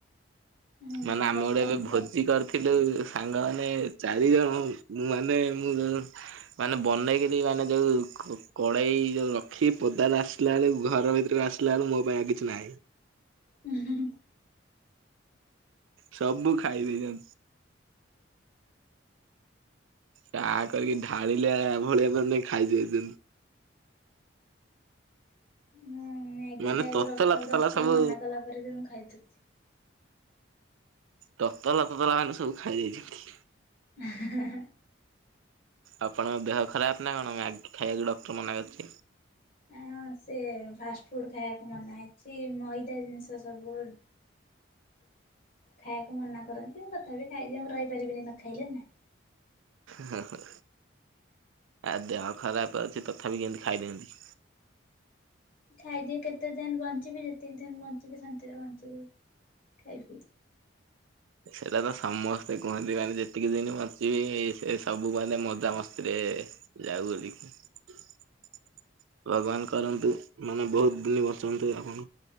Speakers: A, on the left (about 45°); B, on the right (about 80°).
A: ହୁଁ
B: ମାନେ ଆମେ
A: ଡକ୍ଟର
B: ଗୋଟେ ଏବେ ଭୋଜି
A: ଦଶ
B: କରିଥିଲୁ। ସାଙ୍ଗ ମାନେ ଚାରି ଜଣ ମୁଁ ମାନେ ମୁଁ ମାନେ ବନେଇକରି ମାନେ ଯୋଉ କଡେଇ ଯୋଉ ରଖି ପଦାର ଆସିଲା ବେଳ ଘର ଭିତରେ ଆସିଲାଳୁ ମୋ ପାଇଁ ଆଉ କିଛି ନାହିଁ।
A: ହୁଁ।
B: ସବୁ ଖାଇଦେଇଛନ୍ତି। ତା କରିକି ଢାଳିଲେ ଏଭଳି ଏଳି ଖାଇଛି ଏ <unintelligible>
A: ମୁଁ ମ୍ୟାଗି
B: ମାନେ
A: ଖାଇଆକୁ
B: ତତଲା
A: ଡକ୍ଟର
B: ତତଲା
A: ଦଶଥର
B: ସବୁ
A: ମନା କଲା ପରେ ବି ମୁଁ ଖାଇଦଉଛିି।
B: ତତଲା ତତଲା ମାନେ ସବୁ ଖାଇଯାଇଛନ୍ତି।
A: ହେ ହେଁ।
B: ଆପଣଙ୍କ ଦେହ ଖରାପ ନା କଣ ମ୍ୟାଗି ଖାଇଆକୁ ଡକ୍ଟର ମନା କରିଛି।
A: ହଁ ସେ ଫାଷ୍ଟଫୁଡ ଖାଇବାକୁ ମନାଇଛି ମଇଦା ଜିନିଷ ସବୁ। ଖାଇବାକୁ ମନା କରନ୍ତି ମୁଁ ତଥାପି ଖାଇଦିଏ ମୁଁ ରହିପାରିବିନି ନ ଖାଇଲେ ନା।
B: ହ ହ ଆ ଦେହ ଖରାପ ଅଛି ତଥାପି କେମିତି ଖାଇଦିଅନ୍ତି?
A: ଖାଇଦିଏ କେତେ ଦିନ ବଞ୍ଚିବି ଯେତିକି ଦିନ ବଞ୍ଚିବି ଶାନ୍ତିରେ ବଞ୍ଚିବି। ଖାଇବି।
B: ସେଟା ତ ସମସ୍ତେ କୁହନ୍ତି ମାନେ ଯେତିକି ଦିନ୍ ବଞ୍ଚିବି ସେ ସବୁ ମାନେ ମଜା ମସ୍ତିରେ ଏ ଯାଉହେରି। ଭଗବାନ କରନ୍ତୁ ମାନେ ବହୁତ୍ ଦିନ ବଞ୍ଚନ୍ତୁ ଆପଣ।